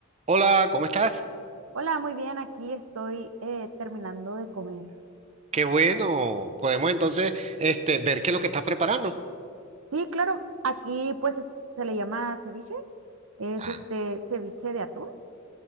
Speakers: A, on the right; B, on the right.
A: Hola, ¿cómo estás?
B: Hola, muy bien, aquí estoy eh, terminando de comer.
A: Qué bueno. Podemos entonces este, ver qué es lo que estás preparando.
B: Sí, claro, aquí pues es- se le llama ceviche, es
A: Ah,
B: este ceviche de atún,